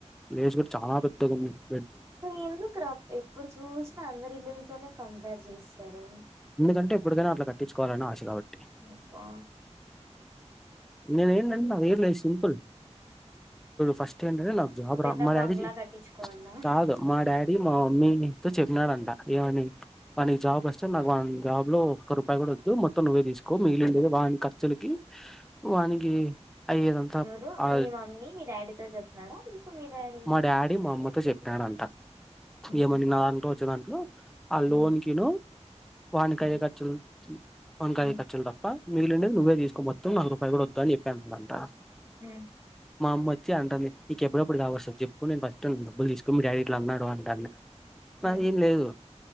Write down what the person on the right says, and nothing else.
నువ్ ఎందుక్రా ఎప్పుడు చూసినా అందరి ఇల్లులతోనే కంపేర్ చేస్తారు
అప్పా
ఒక పెద్ద
బంగ్లా
కట్టించుకోవాల
ఎవరు
మీ మమ్మీ మీ డాడీతో చెప్తున్నాడా లేక మీ డాడీ
ఉహు,
ఉమ్
ఉమ్
ఉమ్
మ్
ఉమ్